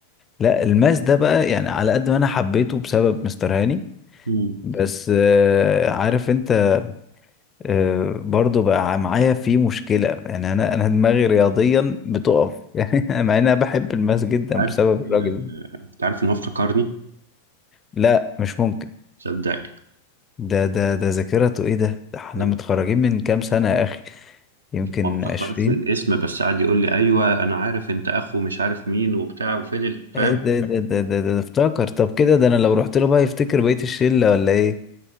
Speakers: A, on the left; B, on the right.
A: لا الماس ده بقى يعني على قد ما انا حبيته بسبب مستر هاني
B: امم
A: بس آه، عارف انت آه، برضو بقى معايا في مشكلة يعني أنا أنا دماغي رياضيا بتقف <laughs> يعني مع إن أنا بحب الماس جدا
B: عارف
A: بسبب الراجل
B: آه،
A: ده
B: انت عارف ان هو افتكرني
A: لا مش ممكن
B: صدقني
A: ده ده ده ذاكرته إيه ده؟ ده إحنا
B: مم.
A: متخرجين من كام سنة يا أخي يمكن
B: ما افتكرش
A: عشرين
B: الاسم بس قعد يقول لي ايوه انا عارف انت اخو مش عارف مين وبتاع وفين ال- فاهم
A: إيه ده ده ده ده ده ده افتكر طب كده ده أنا لو رحت له بقى يفتكر بقية الشلة ولا إيه؟